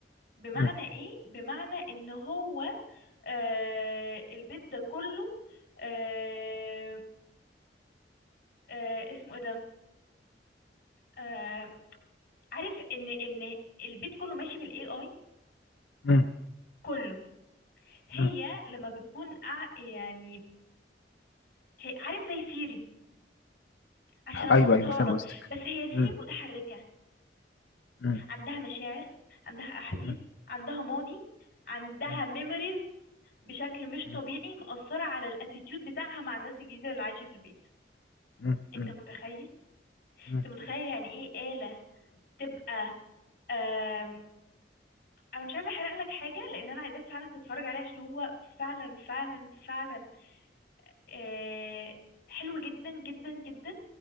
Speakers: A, on the left; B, on the left.
A: بمعنى
B: مم،
A: ايه بمعنى ان هو آه البيت ده كله آه آه اسمه ايه ده آه عارف ان ان البيت كله ماشي بالاي اي
B: مم،
A: كله هي
B: مم.
A: لما بتكون قاع- يعني هي عارف زي سيري عشان ابسطها
B: ايوه ايوه فاهم
A: لك
B: قصدك
A: بس هي سيري
B: مم،
A: متحركة
B: مم،
A: عندها مشاعر عندها احاسيس
B: مم،
A: عندها ماضي عندها
B: مم،
A: ميموريز بشكل مش
B: مم،
A: طبيعي مأثرة على الاتيتيود بتاعها مع الناس الجديدة اللي عايشة في البيت
B: مم،
A: انت
B: مم،
A: متخيل
B: مم،
A: انت متخيل يعني ايه آلة تبقى آم... انا مش عايزة احرق لك حاجة لان انا عايزاك فعلا تتفرج عليه عشان هو فعلا فعلا فعلا آه... حلو جدا جدا جدا